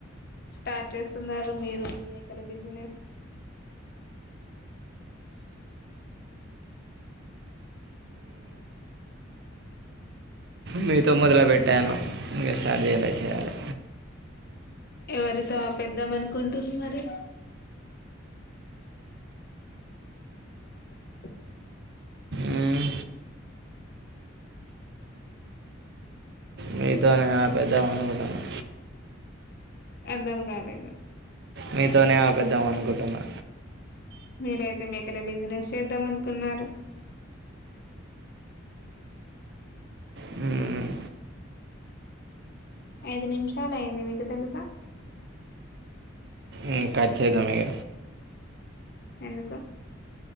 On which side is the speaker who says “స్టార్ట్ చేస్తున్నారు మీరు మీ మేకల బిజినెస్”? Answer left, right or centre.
Left